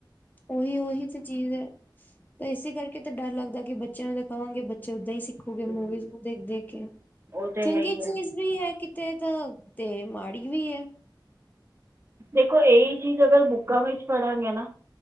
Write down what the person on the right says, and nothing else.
ਹੂੰ
ਉਹ ਤਾਂ
ਹੈ ਹੀ ਹੈ
ਦੇਖੋ ਏਹੀ ਚੀਜ਼ ਅਗਰ ਬੁੱਕਾਂ ਵਿੱਚ ਪੜਾਂਗੇ ਨਾ